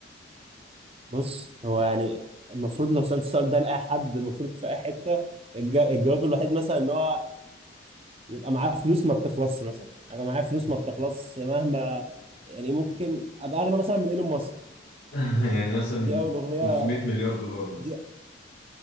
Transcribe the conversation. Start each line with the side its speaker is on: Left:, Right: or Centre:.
Right: بص هو يعني المفروض لو سألت السؤال ده لأي حد المفروض في أي حتة الج- الجواب الوحيد مثلا إن هو يبقى معاه فلوس ما بتخلصش مثلا أبقى معايا فلوس ما بتخلصش مهما يعني ممكن أبقى أغنى مثلا من إيلون ماسك
Left: <laughs> يعني مثلا
Right: دي أول أغنية
Left: 500 مليار دولار مثلا
Right: دي